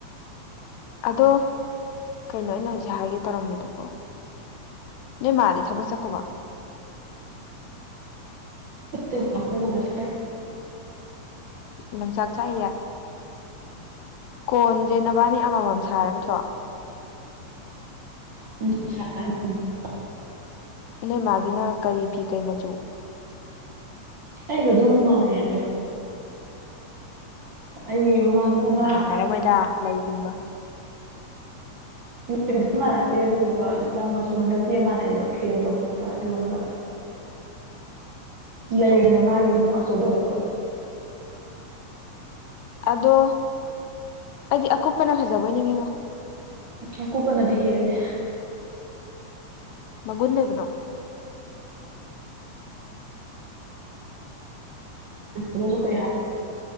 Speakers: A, on the left; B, on the right.
A: ꯑꯗꯣ ꯀꯩꯅꯣ ꯑꯩꯅ ꯍꯧꯖꯤꯛ ꯍꯥꯏꯒꯦ ꯇꯧꯔꯝꯏꯗꯨꯕꯣ꯫ ꯅꯣꯏ ꯃꯥꯗꯤ ꯊꯕꯛ ꯆꯠꯈꯕꯣ꯫
B: <unintelligible>
A: ꯂꯝꯪꯆꯥꯛ ꯆꯥꯛꯏꯌꯦ ꯀꯣꯟꯁꯦ ꯅꯕꯥꯅꯤ ꯑꯃꯃꯝ ꯁꯥꯔꯝꯗ꯭ꯔꯣ
B: <unintelligible>
A: ꯏꯅꯩ ꯃꯥꯒꯤꯅ ꯀꯔꯤ ꯐꯤ ꯀꯩ ꯃꯆꯨ
B: ꯑꯩꯒ ꯑꯗꯨꯝ ꯃꯥꯟꯅꯩ ꯍꯥꯏꯐꯦꯠ ꯑꯩ ꯃꯃꯥꯡꯗ
A: ꯎꯝ
B: ꯑꯃ
A: ꯃꯥꯟꯅꯔꯝꯃꯣꯏꯗ ꯂꯩꯒꯨꯝꯕ
B: ꯂꯩꯕꯗꯤ ꯃꯥꯟꯅꯗꯦ ꯑꯗꯨꯗꯨꯒ ꯂꯪ ꯃꯆꯨ ꯍꯟꯗꯛꯇꯤ ꯃꯥꯟꯅꯩꯑꯕ ꯐꯦꯟꯕ ꯈꯣꯠꯄ ꯂꯣꯟꯕ ꯂꯩꯔꯤꯅ
A: ꯑꯣ
B: ꯃꯥꯒꯤ ꯅꯨꯡ ꯑꯆꯧꯕ ꯑꯣꯏꯔꯛꯄ
A: ꯑꯗꯣ ꯍꯥꯏꯗꯤ ꯑꯀꯨꯞꯄꯅ ꯐꯖꯕ ꯑꯣꯏ ꯅꯤꯡꯉꯉꯣ
B: ꯎ ꯀꯨꯄꯅꯗꯤ ꯍꯦꯜꯂꯦ
A: ꯃꯒꯨꯟ ꯂꯩꯕꯗꯣ
B: ꯎꯝ ꯀꯩ ꯍꯥꯏ